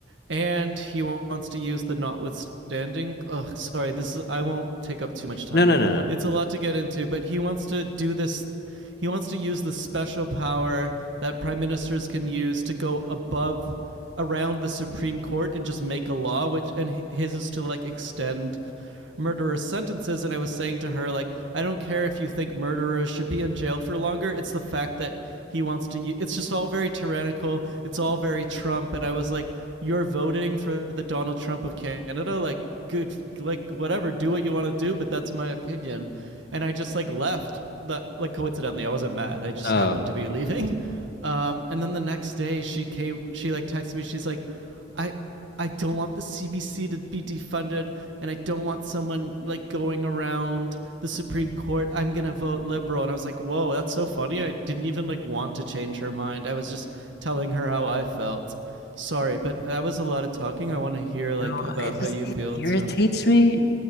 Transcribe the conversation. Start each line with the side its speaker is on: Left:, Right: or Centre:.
Right: and he wants to use the notwithstanding ugh sorry this is i won't take up too much time
Left: No, no, no, no.
Right: it's a lot to get into but he wants to do this he wants to use the special power that prime ministers can use to go above around the supreme court and just make a law which and his is to like extend murderers sentences and i was saying to her like i don't care if you think murderers should be in jail for longer it's the fact that he wants to it's just all very tyrannical it's all very trump and i was like you're voting for the donald trump of canada like good like whatever do what you want to do but that's my opinion and i just like left that like coincidentally i wasn't mad i just
Left: Oh,
Right: happened to be leaving <laughs> um and then the next day she came she like texted me she's like I I don't want the CBC to be defunded, and I don't want someone like going around the Supreme Court. I'm gonna vote liberal, and I was like, "Whoa, that's so funny!" I didn't even like want to change her mind. I was just telling her how I felt. Sorry, but that was a lot of talking. I want to hear like
Left: no,
Right: about
Left: it just
Right: how you
Left: it
Right: feel
Left: irritates
Right: and stuff.
Left: me.